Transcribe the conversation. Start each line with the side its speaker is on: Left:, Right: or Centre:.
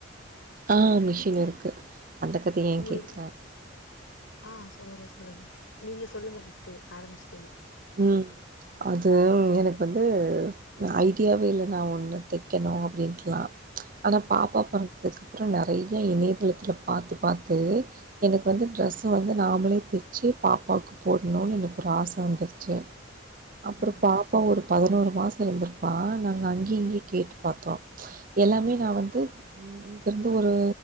Right: ஆ மிஷின் இருக்கு அந்த கதய ஏன்
Left: உங்களுக்கு
Right: கேக்கற
Left: ஆ சொல்லுங்க சொல்லுங்க நீங்க சொல்லுங்க ஃப்ர்ஸ்ட்டு ஆரம்பிச்
Right: ம் அது எனக் வந்து ஐடியாவே இல்ல நா ஒன்னு தெக்கணு அப்டின்ட்டெல்லா ஆனா பாப்பா பொறந்ததுக்குப்புறோ நெறயா இணையதளத்துல பாத்து பாத்து எனக்கு வந்து ட்ரெஸ்ஸு வந்து நாமளே தெச்சு பாப்பாவுக்கு போடணுனு எனக்கு ஒரு ஆச வந்துருச்சு அப்புறோ
Left: ம்
Right: பாப்பா ஒரு பதினோரு மாசோ இருந்திருப்பா நாங்க அங்க இங்கயு கேட்டு பாத்தோ எல்லாமே நா வந்து இங்கிருந்து ஒரு